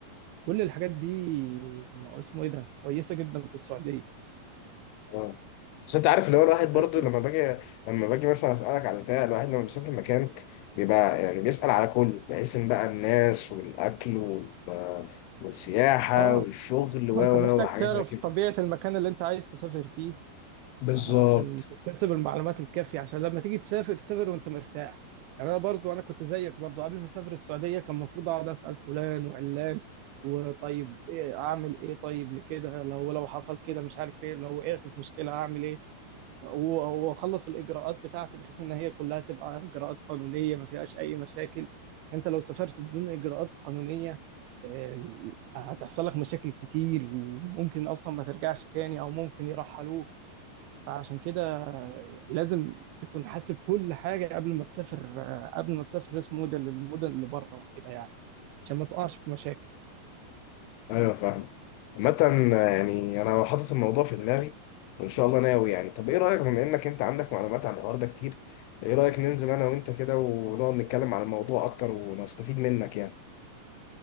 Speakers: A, on the right; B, on the left.
A: كل الحاجات دي م- اسمه إيه ده كويسة جدا في السعودية
B: اه بس انت عارف اللي هو الواحد برضو
A: أنت-
B: لما باجي لما باجي مثلا اسالك على بتاع الواحد لما بيسافر مكان بيبقى يعني بيسال على كل بحيث ان بقى الناس والاكل وال- والسياحه
A: آه
B: والشغل و
A: ما أنت
B: و
A: محتاج
B: وحاجات
A: تعرف
B: زي كده
A: طبيعة المكان اللي أنت عايز تسافر فيه
B: بالظبط
A: عشان تكتسب المعلومات الكافية عشان لما تيجي تسافر تسافر وانت مرتاح يعني انا برضو انا كنت زيك برضو قبل ما اسافر السعودية كان المفروض اقعد اسأل فلان وعلان وطيب ايه اعمل ايه طيب لكده لو لو حصل كده مش عارف ايه لو وقعت في مشكلة اعمل ايه و- واخلص الاجراءات بتاعتي بحيث ان هي كلها تبقى اجراءات قانونية ما فيهاش اي مشاكل انت لو سافرت بدون اجراءات قانونية آه، هتحصل لك مشاكل كتير وممكن اصلا ما ترجعش تاني او ممكن يرحلوك فعشان كده لازم تكون حاسب كل حاجة قبل ما تسافر قبل ما تسافر ريس موديل للمدن اللي بره وكده يعني عشان ما تقعش في مشاكل
B: ايوه فاهم عامة يعني انا حاطط الموضوع في دماغي وان شاء الله ناوي يعني طب ايه رايك بما انك انت عندك معلومات عن الحوار ده كتير ايه رايك ننزل انا وانت كده ونقعد نتكلم عن الموضوع اكتر ونستفيد منك يعني